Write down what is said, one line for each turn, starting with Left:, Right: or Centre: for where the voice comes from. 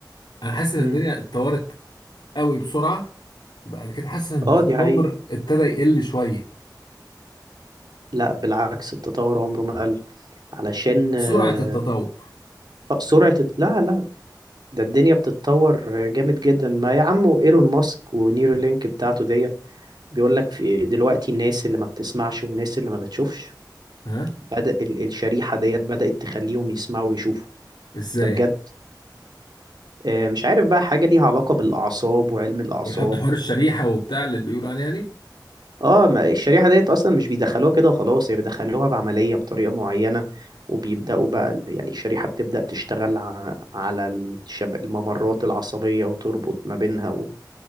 Left: انا حاسس ان
Right: مم.
Left: الدنيا اتطورت قوي بسرعة بعد كده حاسس ان التطور
Right: اه دي حقيقة
Left: ابتدى يقل شوية
Right: لا بالعكس التطور عمره ما قل علشان آه،
Left: سرعة التطور
Right: سرعة الت- لا لا ده الدنيا بتتطور جامد جدا ما يا عم ايلون ماسك ونيورالينك بتاعته ديت بيقول لك في دلوقتي الناس اللي ما بتسمعش والناس اللي ما بتشوفش
Left: ها
Right: بدأ ال- الشريحة ديت بدأت تخليهم يسمعوا ويشوفوا
Left: ازاي
Right: ده بجد
Left: يعني
Right: آه، مش عارف بقى حاجة ليها علاقة بالأعصاب وعلم الأعصاب
Left: يحط حوار الشريحة وبتاع اللي بيقولوا عليها
Right: اه ما الشريحة ديت أصلا مش بيدخلوها كده وخلاص هي بيدخلوها بعملية بطريقة معينة وبيبدأوا بقى يعني الشريحة بتبدأ تشتغل ع- على الشب- الممرات العصبية وتربط ما بينها و-